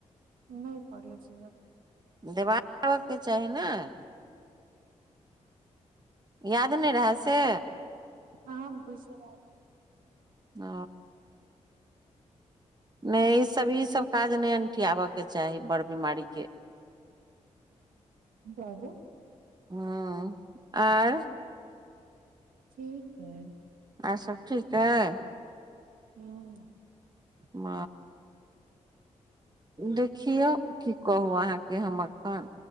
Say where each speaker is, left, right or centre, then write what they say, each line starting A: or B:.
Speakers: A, on the right; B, on the right.
A: नै पढ़ले बच्चा के
B: देवाब ऽके चाही ने। याद नै रहए से।
A: ह बसरै। <unintelligible>
B: अ नै ईसब ईसब काज नै अनठियाबऽके चाही बड़ बीमारीके।
A: बाबू
B: हँ आर
A: ठीक हइ
B: आओर सब ठीक अय
A: हूँ
B: ओ देखियौ की कहू अहाँके हम एखन